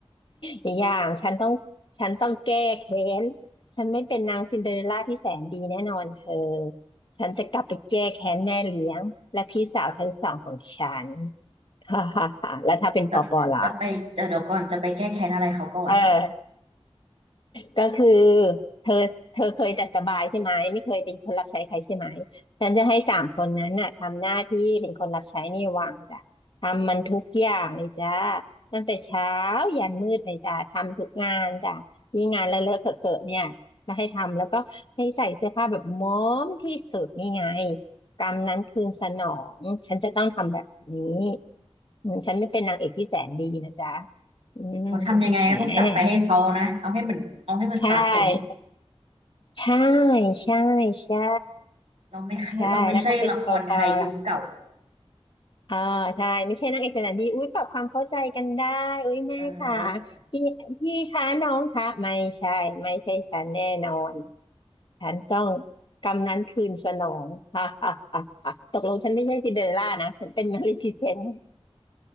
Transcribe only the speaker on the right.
จะจะไปจะเดี๋ยวก่อนจะไปแก้แค้นอะไรเขาก่อน
เขาทำยังไงก็ต้องจัดไปให้เขานะเอาให้มันเอาให้มันสะสม
เราไม่เราไม่ใช่ละครไทยยุคเก่า
เออ